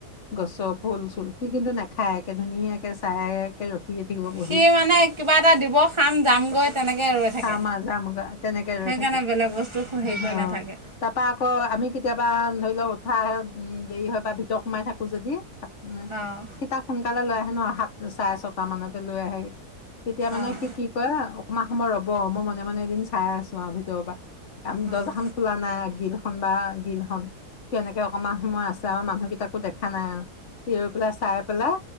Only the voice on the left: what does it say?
গছৰ ফু- চুল সি কিন্তু নাখায় একে ধুনীয়াকে চাই ৰখিয়ে থাকিব বহি।
খাম আৰু জাম গাত তেনেকে
ৰৈ থাকে,
অঁ।
তাৰপা আকৌ আমি কেতিয়াবা ধৰি লওঁক উঠা দেৰি হয় বা ভিতৰত সোমাই থাকোঁ যদি উম!
সি তাক সোনকালে লৈ আহে ন সাত চাৰে ছটা মানতে লৈ আহে। তেতিয়া মানে
সি কি কয় অকমান সময় ৰ'ব, মই মনে-মনে এদিন চাই আছোঁ আৰু ভিতৰৰ পৰা। আমি
দৰ্জাখন খোলা নাই, গিলখন বা গিলখন। তেনেকে অকমান সময় আছে আমাৰ মানুহকেইটাকো দেখা নাই আৰু সি ৰৈ পেলাই চাই পেলাই